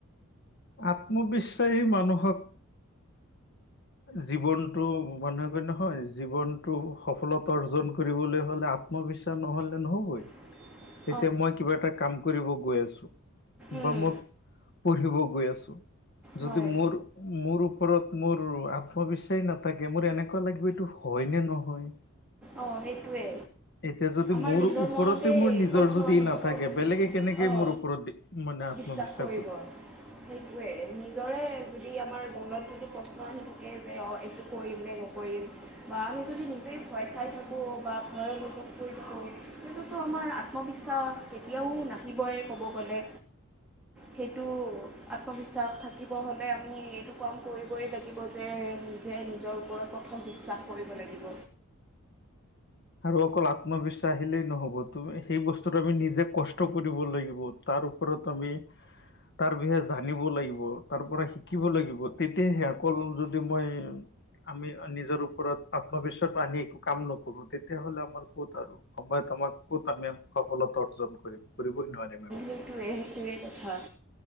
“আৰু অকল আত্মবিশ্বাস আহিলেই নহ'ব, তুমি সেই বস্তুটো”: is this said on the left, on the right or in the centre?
Left